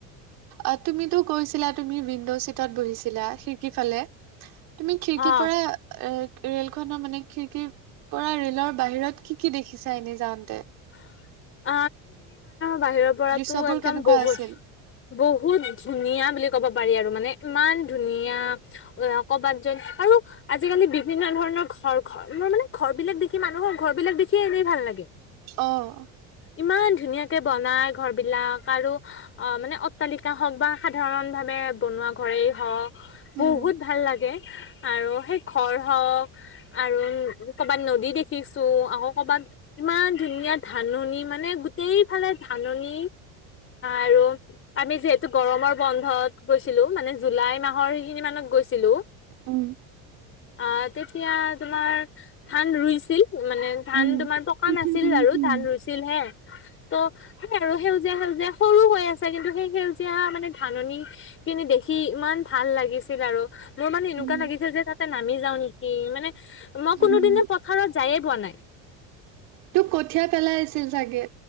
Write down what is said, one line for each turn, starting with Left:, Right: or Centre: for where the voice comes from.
Right: অ', তুমিতো কৈছিলা তুমি উইণ্ডো চিটত বহিছিলা, খিৰিকি ফালে। তুমি খিৰিকিৰ
Left: অ
Right: পৰা এ ৰেল খনৰ মানে খিৰিকিৰ পৰা ৰেলৰ বাহিৰত কি কি দেখিছা এনে যাওঁতে।
Left: <unintelligible> বাহিৰৰ পৰাতো
Right: দৃশ্যবোৰ
Left: একদম
Right: কেনেকুৱা
Left: বহুত,
Right: আছিল
Left: বহুত ধুনীয়া- বুলি ক'ব পাৰি আৰু মানে, ইমান ধুনীয়া অ কবাত যেন, আৰু আজিকালি বিভিন্ন ধৰণৰ ঘৰ, ঘৰ মই মানে ঘৰ বিলাক দেখি মানুহৰ ঘৰ বিলাক দেখিয়ে এনেই ভাল লাগে।
Right: অহ।
Left: ইমান ধুনীয়াকে বনাই ঘৰবিলাক আৰু, অ', মানে অট্টালিকা হওঁক বা সাধাৰণভাৱে বনোৱা ঘৰেই হওঁক
Right: উম
Left: বহুত ভাল লাগে। আৰু সেই ঘৰ হওঁক আৰু ক'ৰবাত নদী দেখিছোঁ, আকৌ ক'ৰবাত, ইমান ধাননি মানে গোটেই ফালে ধাননি আৰু, আমি যিহেতু গৰমৰ বন্ধত গৈছিলোঁ মানে জুলাই মাহৰ সেইখিনি মানত গৈছি ছিলোঁ
Right: উম
Left: অ', তেতিয়া তোমাৰ ধান ৰুইছিল, মানে ধান
Right: উম
Left: তোমাৰ পকা
Right: কঠিয়া
Left: নাছ
Right: পেলাইছে
Left: ধান
Right: মানে।
Left: ৰুইছিলহে, ত', সেই আৰু সেউজীয়া-সেউজীয়া সৰু হৈ আছে, কিন্তু সেই সেউজীয়া মানে ধাননিখিনি দেখি ইমান ভাল লাগিছিল আৰু মোৰ মানে এনেকুৱা
Right: উম
Left: লাগিছিল যে, তাতে নামি যাওঁ নেকি, মানে মই কোনো
Right: উম।
Left: দিনে পথাৰত যায়ে পোৱা নাই।
Right: কঠিয়া পেলাই আছিল চাগে।